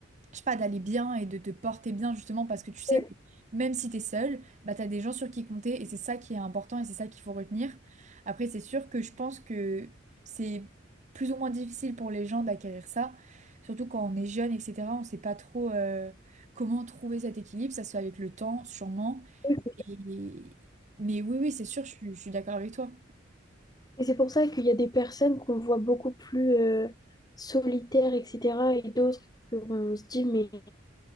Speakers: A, on the right; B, on the left.
A: je sais pas, d'aller bien et de te porter bien justement parce que tu sais
B: ouais.
A: que même si tu es seul, bah, tu as des gens sur qui compter et c'est ça qui est important et c'est ça qu'il faut retenir. Après, c'est sûr que je pense que c'est plus ou moins difficile pour les gens d'acquérir ça, surtout quand on est jeune, etc. On sait pas trop euh, comment trouver cet équilibre. Ça se fait avec le temps, sûrement.
B: ouais.
A: Et- Mais oui, oui, c'est sûr, je suis, je suis d'accord avec toi.
B: et c'est pour ça qu'il y a des personnes qu'on voit beaucoup plus euh, solitaires, etc. Et d'autres qu'on se dit, mais